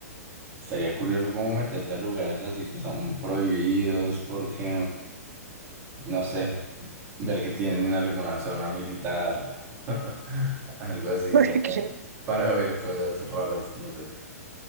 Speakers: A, on the right; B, on the right.
A: estaría curioso como meterse a lugares así que son prohibidos porque, mm, no sé, ver que tienen alguna zona militar, <laughs> algo así
B: <laughs>
A: como
B: ¿Qué? crees?
A: para ver cosas raras, no sé.